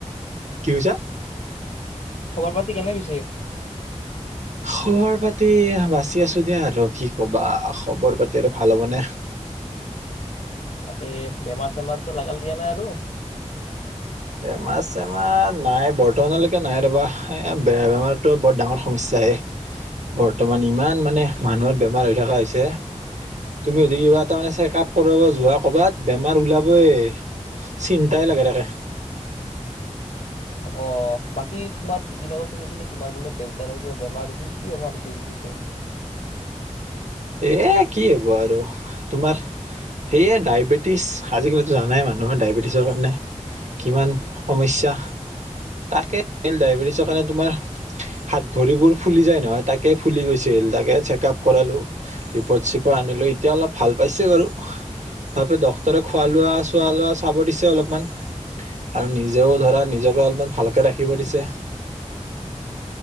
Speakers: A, on the right; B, on the left.
A: কি কৈছা?
B: খবৰ পাতি কেনে পিছে?
A: খবৰ পাতি বাচি আছো দিয়া আৰু কি ক'বা। খবৰ পাতি আৰু ভাল হ'বনে।
B: তাকে বেমাৰ-চেমাৰতো লাগাল দিয়া নাই আৰু।
A: বেমাৰ-চেমাৰ নাই। বৰ্তমানলৈকে নাই ৰ'বা। এ বেমাৰতো বৰ ডাঙৰ সমস্যা হে। বৰ্তমান ইমান মানে মানুহৰ বেমাৰ হৈ থকা হৈছে। তুমি যদি কিবা এটা চেকআপ কৰিব যোৱা কৰ'বাত বেমাৰ ওলাবইয়ে। চিন্তাই লাগে তাকে।
B: অ বাকী তোমাৰ দুদিন আগত শুনিছিলোঁ তোমাৰ বোলে দেউতাৰ কিবা বোলে বেমাৰ হৈছিল কি বেমাৰ হৈছিল পিছে।
A: এ কি হ'ব আৰু তোমাৰ, সেয়াই ডায়বেটিছ আজিকালিতো জানাই মানুহৰ ডায়েবেটিছৰ কাৰণে, কিমান সমস্যা তাকে ডায়বেটিছৰ কাৰণে তোমাৰ, হাত ভৰিবোৰ ফুলি যায় নহয় তাকে ফুলি গৈছিল তাকে চেক আপ কৰালো। ৰিপদ চিপট আনিলোঁ এতিয়া অলপ ভাল পাইছো বাৰু। তাৰপিছত ডক্তৰে খোৱা লোৱা চোৱা লোৱা চাব দিছে অলপমান। আৰু নিজেও ধৰা নিজকে অলপমান ভালকে ৰাখিব দিছে।